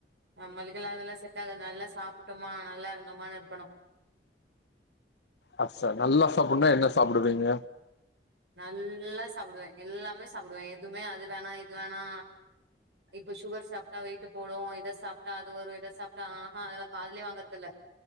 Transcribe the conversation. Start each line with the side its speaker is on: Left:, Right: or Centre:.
Right: நம்மளுக்கல்லா அதெல்லா செட்டாகாது நல்லா சாப்ட்டம்மா நல்லா இருந்தோமானு இருக்கணு
Left: ஆ ச நல்லா சாப்புனா என்ன சாப்டுவீங்க
Right: நல்லா சாப்டுவே எல்லாமே சாப்டுவே எதுமே அது வேணா இது வேணா இப்ப சுகர் சாப்ட்டா வெயிட்டு போடு இத சாப்ட்டா அது வரு இத சாப்ட்டா ஆஹா அதெல்லா காதுல வாங்குறதில்ல